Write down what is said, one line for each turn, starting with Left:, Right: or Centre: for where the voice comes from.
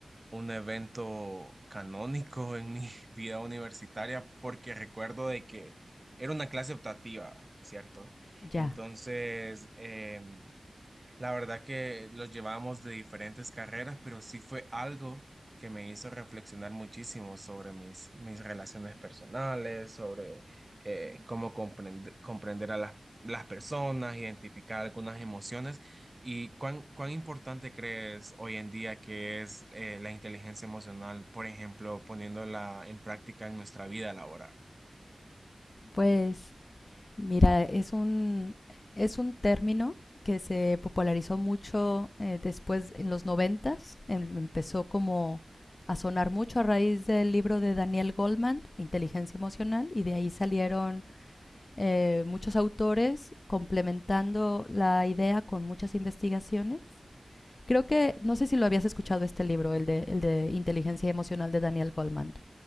Right: un evento canónico en mi <laughs> vida universitaria porque recuerdo de que era una clase optativa, ¿cierto?
Left: Ya,
Right: Entonces, em, la verdad que los llevábamos de diferentes carreras, pero sí fue algo que me hizo reflexionar muchísimo sobre mis, mis relaciones personales, sobre eh, cómo comprende- comprender a las, las personas, identificar algunas emociones y cuán, cuán importante crees hoy en día que es eh, la inteligencia emocional, por ejemplo, poniéndola en práctica en nuestra vida laboral.
Left: pues mira, es un, es un término que se popularizó mucho eh, después en los noventas, em- empezó como a sonar mucho a raíz del libro de Daniel Goldman, Inteligencia Emocional, y de ahí salieron eh, muchos autores complementando la idea con muchas investigaciones. Creo que, no sé si lo habías escuchado este libro, el de, el de Inteligencia Emocional de Daniel Goldman.